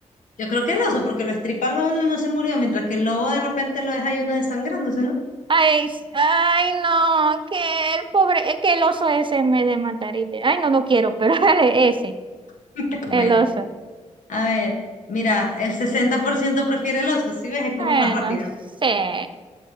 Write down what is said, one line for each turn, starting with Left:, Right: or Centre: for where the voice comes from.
Left: Yo creo que el oso, porque lo estripan a uno y uno se murió, mientras que el lobo de repente lo deja y uno desangrándose, ¿no?
Right: Ay, s- ay, no, que el pobre, es que el oso ese me de matar. y de- Ay, no lo quiero, pero <laughs> dale ese,
Left: <laughs>
Right: el
Left: Bueno,
Right: oso.
Left: a ver, mira, el 60% prefiere el oso, ¿sí ves, es
Right: Bueno,
Left: como más rápida.
Right: no sé.